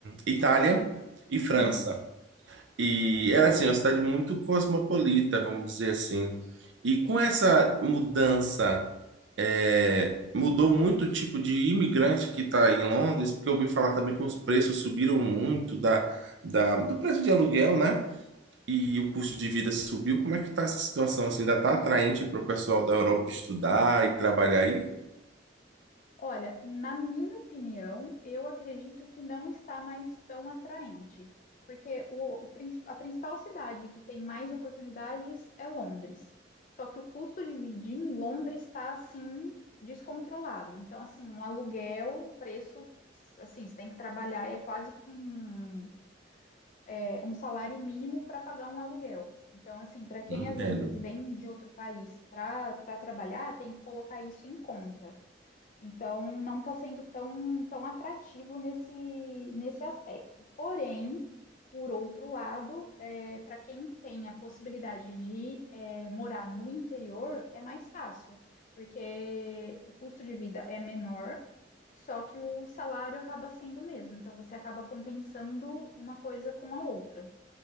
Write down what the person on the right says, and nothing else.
Itália e
França. E era assim, uma cidade muito cosmopolita, vamos dizer assim. E com essa mudança, é, mudou muito o tipo de imigrante que está em Londres, porque eu ouvi falar também que os preços subiram muito da, da- do preço de aluguel, né? E o custo de vida subiu. Como é que está essa situação? Assim, ainda está atraente para o pessoal da Europa estudar e trabalhar aí?
Entendo.